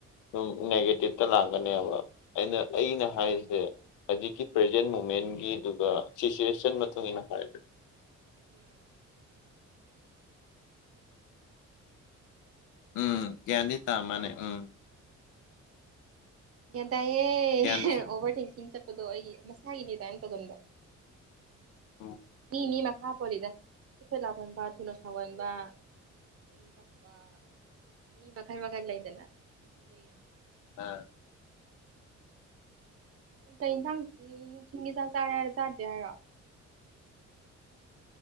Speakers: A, on the left (about 85°); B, on the right (about 50°).
A: ꯁꯨꯝ ꯅꯦꯒꯦꯇꯤꯞꯇ ꯂꯥꯛꯀꯅꯦꯕ ꯑꯩꯅ ꯑꯩꯅ ꯍꯥꯏꯔꯤꯁꯦ ꯑꯗꯨꯀꯤ ꯄ꯭ꯔꯖꯦꯟ ꯃꯣꯃꯦꯟꯒꯤ ꯑꯗꯨꯒ ꯁꯤꯆꯨꯋꯦꯁꯟ ꯃꯇꯨꯡ ꯏꯟꯅ ꯍꯥꯏꯕꯅꯤ
B: ꯎꯝ
A: ꯎꯝ ꯀꯤꯌꯥꯟꯗꯤ ꯑ ꯃꯥꯜꯂꯦ ꯎꯝ
B: ꯒ꯭ꯌꯥꯟ ꯇꯥꯏꯌꯦ
A: ꯒ꯭ꯌꯥꯟ
B: ꯑꯣꯚꯔ ꯊꯤꯡꯀꯤꯡ ꯆꯠꯄꯗꯣ ꯑꯩ ꯃꯁꯥꯒꯤꯅꯦ ꯇꯥꯏꯅ ꯇꯧꯒꯟꯗ
A: ꯎꯝ
B: ꯃꯤ ꯃꯤ ꯃꯥꯈꯥ ꯄꯣꯜꯂꯤꯗ ꯍꯥꯏꯐꯦꯠ ꯂꯥꯎꯒꯟꯕ ꯊꯨꯅ ꯁꯥꯎꯒꯟꯕ ꯏꯪ ꯇꯞꯄ ꯃꯤ ꯃꯈꯜ ꯝꯈꯜ ꯂꯩꯗꯅꯗ ꯑꯗꯨꯏꯅꯦ
A: ꯑꯥ
B: ꯀꯩ ꯌꯦꯟꯁꯥꯡ ꯅꯨꯡꯊꯤꯟꯒꯤ ꯆꯥꯛ ꯆꯥꯔꯦ ꯍꯥꯏꯔ ꯆꯥꯗꯔ꯭ꯤ ꯍꯥꯏꯔꯣ